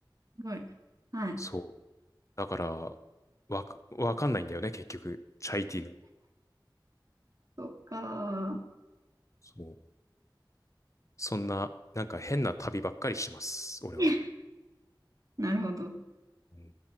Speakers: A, on the right; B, on the left.
A: すごい。はい。
B: そう。だから、わか、わかんないんだよね、結局。チャイティーの。
A: そっかー。
B: そう。そんな、なんか変な旅ばっかりしてます、俺は。
A: <laughs> なるほど。
B: うん